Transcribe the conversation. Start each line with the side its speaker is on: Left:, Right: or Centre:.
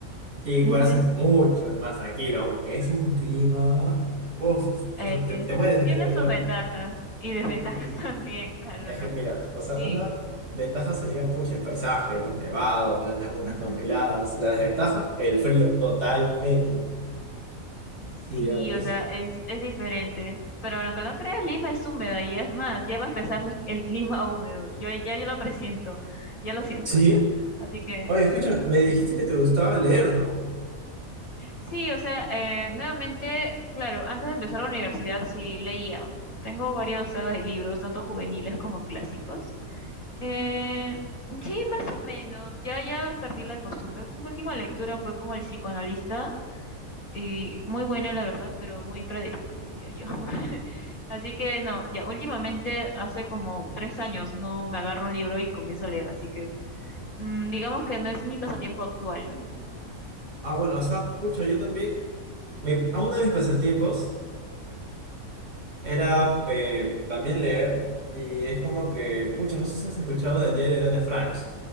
Right: y
Left: Ujú.
Right: Huaraz es mucho más tranquilo, aunque es un clima, uf,
Left: Eh,
Right: o sea,
Left: que
Right: te, te
Left: es-
Right: mueres de
Left: tiene
Right: frío allá.
Left: sus ventajas y desventajas
Right: Sí.
Left: <laughs> también, claro,
Right: Es
Left: ¿no?
Right: que, mira, o sea,
Left: Sí.
Right: una ventaja sería, pucha, el paisaje, los nevados, las lagunas
Left: Ujú.
Right: congeladas. La desventaja, el frío, totalmente. Y
Left: Sí,
Right: ya, pues,
Left: o sea, es, es diferente. Pero lo que no creas, Lima es húmedo y es más, ya va a empezar la- el clima húmedo. Yo ya yo lo presiento, ya lo siento
Right: sí.
Left: ya. Así que
Right: Oye, escúchame, me
Left: sí.
Right: dijiste que te gustaba leer, ¿no?
Left: Sí, o sea, eh, nuevamente, claro, antes de empezar la universidad sí leía. Tengo varios sagas de libros, tanto juveniles como clásicos. Eh, sí, más o menos. Ya, ya perdí la costumbre. Mi última lectura fue como el psicoanalista y muy buena, la verdad, pero muy predecible, diría yo. <laughs> Así que no, ya últimamente hace como tres años no me agarro un libro y comienzo a leer, así que mm, digamos que no es mi pasatiempo actual, ¿no?
Right: Ah, bueno, o sea, pucha, yo también, mi, a uno de mis pasatiempos era eh, también leer, y es como que, pucha, no sé si has escuchado del diario de Ana Frank.